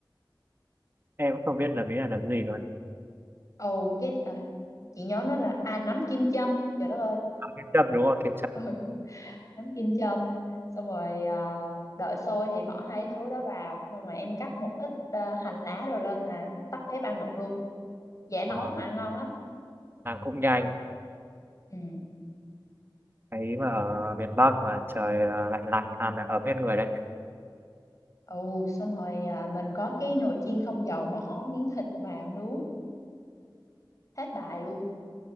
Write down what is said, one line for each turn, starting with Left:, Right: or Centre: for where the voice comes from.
Right: em cũng không biết là mỹ là làm gì luôn
Left: ồ cái ờ, chị nhớ nó là à nấm kim châm trời đất ơi
Right: Kiếm Trâm đúng không Kiếm Trâm.
Left: ừ. nấm kim châm xong rồi ờ, đợi sôi thì bỏ hai thứ đó vào xong rồi em cắt một ít ờ, hành lá rồi lên là tắt bếp ăn được luôn dễ nấu
Right: Ờ,
Left: mà ngon lắm
Right: làm cũng nhanh.
Left: ừ
Right: Thấy mà ở miền Bắc mà trời à, lạnh lạnh ăn là ấm hết người đấy.
Left: ồ xong rồi ờ, mình có cái nồi chiên không dầu bỏ miếng thịt vào nướng hết bài luôn